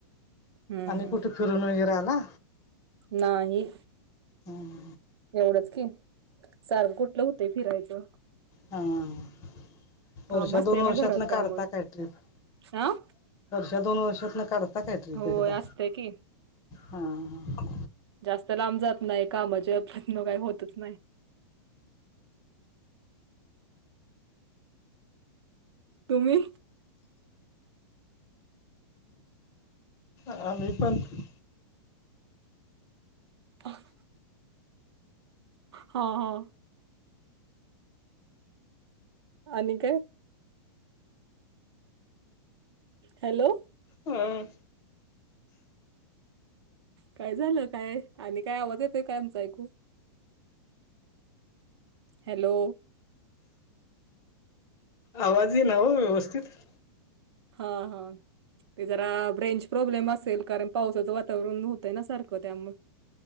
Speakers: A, on the right (about 85°); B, on the left (about 25°).
A: हं,
B: आणि
A: हं.
B: कुठे फिरून वगैरे आला
A: नाही
B: हा
A: एवढंच कायं सारखं कुठलं होतं फिरायचं
B: हां वर्ष
A: काम असतंय
B: दोन वर्षांतून
A: ना घरात
B: काढतां
A: त्यामुळं.
B: कायं ट्रिप
A: हां?
B: वर्ष दोन वर्षांतून काढतां कां ट्रीप
A: होय
B: एकदां
A: असतंय की.
B: हां
A: जास्तं लांब जातं नाहीं कामांच्यांत कांहीं फिरणं होतंच नाहीं तुम्हीं
B: आम्हीं पणं
A: ब <unintelligible> हो हो आणि कायं हॅलो
B: हां
A: कायं झालं कायं आणि कायं आवांज येतोय कायं आमचां ऐकूं हॅलो
B: आवांज एनां व्यवस्थितं
A: हां हां ते जरा रेंज प्रॉब्लेम असेल कारणं पावसाचं वातावरण होतंय नां सारखं त्यामुळे